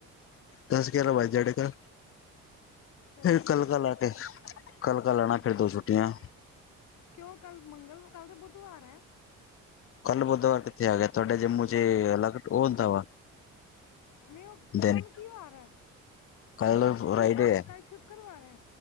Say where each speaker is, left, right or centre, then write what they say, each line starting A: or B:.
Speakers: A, on the left; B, on the left.
A: ਦਸ-ਗਿਆਰਾ ਵੱਜ ਜਾਡੇ ਕਾ।
B: ਸਹੀ
A: ਫਿਰ
B: ਹੈ
A: ਕਲ-ਕਲ ਆ ਕੇ, ਕਲ-ਕਲ ਆਣਾ, ਫਿਰ ਦੋ ਛੁੱਟੀਆਂ।
B: ਕਿਉਂ ਕੱਲ ਮੰਗਲ, ਕੱਲ ਤੇ ਬੁੱਧਵਾਰ ਹੈ।
A: ਕੱਲ ਬੁੱਧਵਾਰ ਕਿੱਥੇ ਆ ਗਿਆ, ਤੁਹਾਡੇ ਜੰਮੂ'ਚ ਅਲਗ ਉਹ ਹੁੰਦਾ ਵਾ।
B: ਨਹੀਂ ਉਹ, ਤੇ
A: ਦਿਨ
B: ਕੱਲ ਕੀ ਵਾਰ ਹੈ।
A: ਕੱਲ
B: ਅਜ
A: ਫਰਾਈਡੇ
B: ਵੀਰਵਾਰ ਹੈ, ਕੱਲ ਸ਼ੁੱਕਰਵਾਰ ਹੈ!